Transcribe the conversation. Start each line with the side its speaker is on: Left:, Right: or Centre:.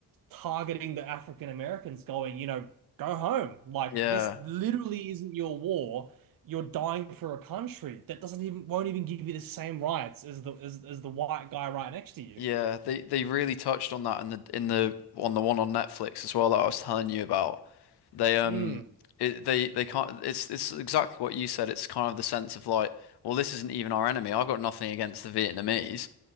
Right: targeting the African Americans, going, you know, go home. Like
Left: yeah,
Right: this literally isn't your war. You're dying for a country that doesn't even won't even give you the same rights as the as, as the white guy right next to you.
Left: yeah. They they really touched on that in the in the on the one on Netflix as well that I was telling you about. They um
Right: Mm,
Left: it, they they can't. It's it's exactly what you said. It's kind of the sense of like, well, this isn't even our enemy. I've got nothing against the Vietnamese.